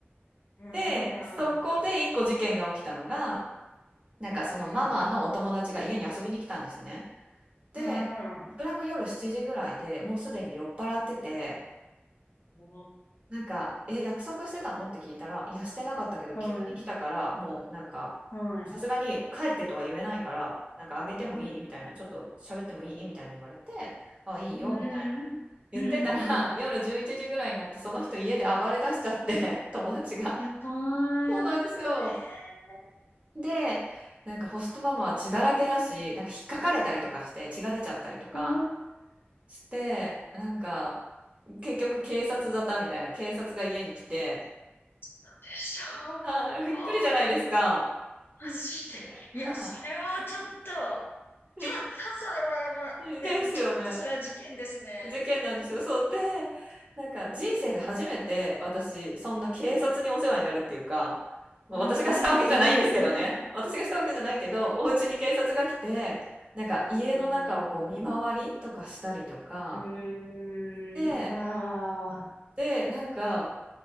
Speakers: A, on the left; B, on the right.
A: うーん。
B: で、そこで一個事件が起きたのが、
A: う
B: なんかそのママのお友達が家に遊びに来たんですね。
A: ーん。
B: で、
A: うーん。
B: それも夜7時ぐらいで、もうすでに酔っ払ってて、
A: お
B: なんか「え、
A: ー。
B: 約束してたの？」って聞いたら「いや、してなかったけど急に来たから、
A: はい。
B: もうなんか、
A: はい。
B: さすがに帰ってとは言えないから、なんかあげてもいい？」みたいな「ちょっと喋ってもいい？」みたいな言われて「あ、
A: うん。
B: いいよ」みたいな
A: うん。
B: 言ってたら、
A: うん。うん。
B: <laughs> 夜11時ぐらいになってその人家で暴れ出しちゃって、<laughs> 友達が。
A: やば
B: そうなんですよ。
A: い、もう、ええ
B: で、なんかホストママは血だらけだし、なんか引っかかれたりとかして血が出ちゃったりとか
A: ー、思っ
B: して、なんか、結局警察沙汰みたいな、警察が家に来て、
A: たでしょう。
B: あー、びっくりじゃないですか。
A: あ
B: うん
A: マジで。
B: は
A: いや、それはちょっと、ちょっと、
B: い。びっ
A: それはやばい。
B: ですよね。
A: ね、ちょっとそれは事件ですね。
B: 事件なんですよ。そう。で、なんか人生で初めて私、
A: うん、
B: そんな警察にお世話になるっていうか、
A: うん、
B: まあ、
A: うん、
B: 私がしたわけじゃないんですけどね。
A: うん、うん、うん、
B: 私がしたわけじゃないけど、お家に警察が来て、なんか家の中をこう見回りとかしたりとか、
A: うーん、う
B: で、
A: ーん、ああ、
B: で、なんか